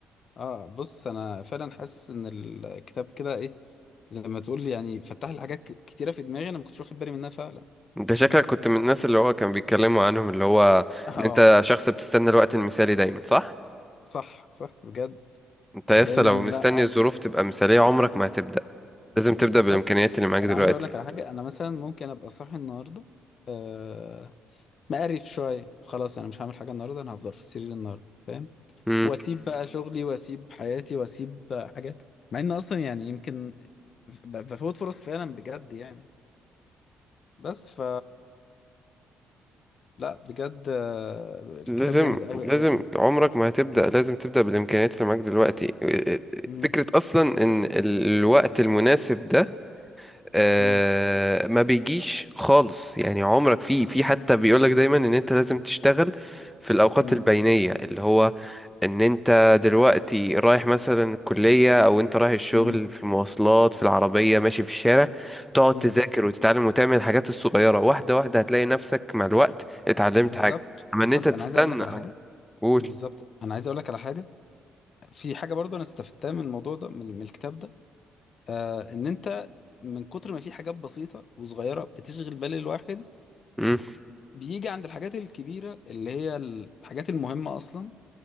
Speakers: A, on the left; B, in the centre.
A: اه بص انا فعلا حاسس ان الكتاب كده ايه زي ما تقول يعني فتح لي حاجات ك- كتيره في دماغي انا ما كنتش واخد بالي منها فعلا
B: انت شكلك كنت من الناس اللي هو كان بيتكلموا عنهم اللي هو
A: <laughs> اه
B: ان انت شخص بتستنى الوقت المثالي دايما صح
A: صح صح بجد
B: انت لسه
A: دايما
B: لو
A: لا
B: مستني الظروف تبقى مثالية عمرك ما هتبدأ لازم تبدأ
A: بالظبط
B: بالامكانيات اللي معاك
A: انا
B: دلوقتي
A: عايز اقول لك على حاجه انا مثلا ممكن ابقى صاحي النهارده آه، مقرف شويه خلاص انا مش هعمل حاجه النهارده انا هفضل في السرير النهارده فاهم
B: امم
A: واسيب بقى شغلي واسيب حياتي واسيب حاجات مع ان اصلا يعني يمكن ب- بفوت فرص فعلا بجد يعني بس ف لا بجد آه، الكتاب
B: لازم
A: جامد قوي
B: لازم
A: قوي قوي
B: عمرك ما هتبدأ لازم تبدأ بالامكانيات اللي معاك دلوقتي
A: مم،
B: فكرة اصلا ان ال- الوقت المناسب ده آه
A: مم،
B: ما بيجيش خالص يعني عمرك في في حتى بيقولك دايما ان انت لازم تشتغل في الاوقات
A: مم،
B: البينية اللي هو ان انت دلوقتي رايح مثلا الكلية او انت رايح الشغل
A: مم،
B: في المواصلات في العربية ماشي في الشارع تقعد
A: مم.
B: تذاكر وتتعلم وتعمل الحاجات الصغيرة واحدة واحدة هتلاقي نفسك مع الوقت اتعلمت
A: بالظبط
B: حاجة اما
A: بالظبط
B: ان انت تستنى
A: انا عايز اقول لك على
B: أو-
A: حاجه
B: قول
A: بالظبط انا عايز اقول لك على حاجه في حاجه برضو انا استفدتها من الموضوع ده من من الكتاب ده آه ان انت من كتر ما في حاجات بسيطة وصغيرة بتشغل بال الواحد
B: مم،
A: بيجي عند الحاجات الكبيرة اللي هي الحاجات المهمة أصلا